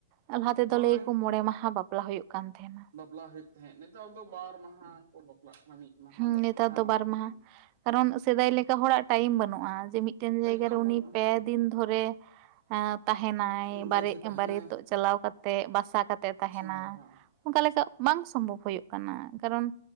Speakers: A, on the right; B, on the right.
A: ᱟᱨ ᱞᱟᱦᱟ ᱛᱮᱫᱚ
B: ᱦᱳᱭ
A: ᱞᱟᱹᱭᱟᱠᱚ ᱢᱚᱬᱮ ᱢᱟᱦᱟ ᱵᱟᱯᱞᱟ ᱦᱩᱭᱩᱜ ᱠᱟᱱ ᱛᱟᱦᱮᱸᱱᱟ᱾
B: ᱵᱟᱯᱞᱟ ᱦᱩᱭᱩᱜ ᱛᱟᱦᱮᱸᱫ ᱱᱮᱛᱟᱨ ᱫᱚ ᱵᱟᱨ ᱢᱟᱦᱟ ᱠᱚ ᱵᱟᱯᱞᱟᱜ ᱠᱟᱱᱟ ᱢᱤᱫ ᱢᱟᱦᱟ,
A: ᱦᱩᱸ
B: ᱵᱟᱨ
A: ᱱᱮᱛᱟᱨ
B: ᱢᱟᱦᱟ
A: ᱫᱚ
B: ᱱᱚᱝᱠᱟ
A: ᱵᱟᱨ ᱢᱟᱦᱟ
B: ᱦᱚᱸ
A: ᱠᱟᱨᱚᱱ ᱥᱮᱫᱟᱭ ᱞᱮᱠᱟ ᱦᱚᱲᱟᱜ ᱴᱟᱭᱤᱢ ᱵᱟᱹᱱᱩᱜᱼᱟ ᱡᱮ ᱢᱤᱫᱴᱮᱱ ᱡᱟᱭᱜᱟ
B: ᱮᱠᱫᱚᱢ
A: ᱨᱮ
B: ᱵᱟᱹᱱᱩᱜᱼᱟ
A: ᱩᱱᱤ ᱯᱮ
B: ᱦᱮᱸ
A: ᱫᱤᱱ ᱫᱷᱚᱨᱮ᱾ ᱛᱟᱦᱮᱱᱟᱭ
B: ᱤᱝᱜᱮᱡᱮ
A: ᱵᱟᱨᱮ
B: ᱛᱟᱦᱮᱱᱟᱭ
A: ᱵᱟᱨᱭᱮᱛᱚᱜ ᱪᱟᱞᱟᱣ ᱠᱟᱛᱮᱜ ᱵᱟᱥᱟ ᱠᱟᱛᱮᱜ ᱛᱟᱦᱮᱸᱱᱟ
B: ᱦᱮᱸ ᱦᱳᱭ ᱦᱮᱸ
A: ᱚᱱᱠᱟ
B: ᱦᱮᱸ
A: ᱞᱮᱠᱟ᱾ ᱵᱟᱝ ᱥᱚᱢᱵᱷᱚᱵ ᱦᱩᱭᱩᱜ ᱠᱟᱱᱟ ᱠᱟᱨᱚᱱ